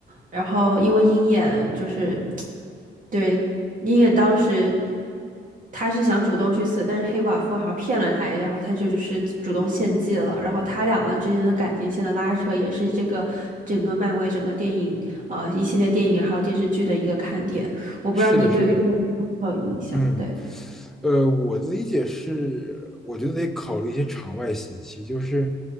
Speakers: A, on the right; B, in the centre.
A: 然后因为鹰眼就是，对，鹰眼当时他是想主动去死，但是黑寡妇好像骗了他，然后他就只是主动献祭了。然后他俩个之间的感情线的拉扯，也是这个整个漫威整个电影呃一系列电影还有电视剧的一个看点。我不知道你对于这个有没有印象？
B: 是的，是的，嗯，
A: 对，
B: 呃，我的理解是，我觉得得考虑一些场外信息。就是